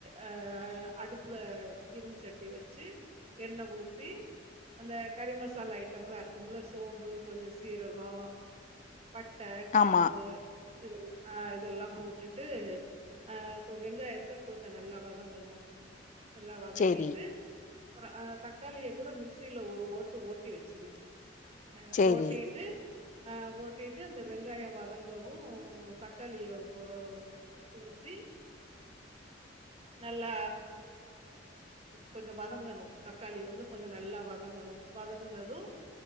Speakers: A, on the right; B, on the left.
A: ஆஹ் அடுப்புல இரும்பு சட்டி வச்சு எண்ண ஊத்தி அந்த கறிம சாலா ஐட்டம்லா இருக்கும்ல சோம்பு கொஞ்சோ சீரகோ பட்ட க்ராம்பு
B: ஆமா
A: இதெல்லா ஆஹ் இதெல்லா போட்டுட்டு அஹ் வெங்காயத்த கொஞ்சோ நல்லா வதங்கணு எல்லா வதக்கிட்டு
B: சேரி
A: அப்றொ ஆஹ் தக்காளிய கூட மிக்சில ஒரு ஓட்டு ஓட் டி வச்சுரு அ
B: சேரி
A: ஓட்டிட்டு ஆ ஓட்டிட்டு இந்த வெங்காய வதங்கவு ஓ தக்காளியோ ஓ ஊத்தி நல்லா கொஞ்ச வதங்கணும் தக்காளி வந்து கொஞ்ச நல்லா வதங்கணும் வதங்கினதும்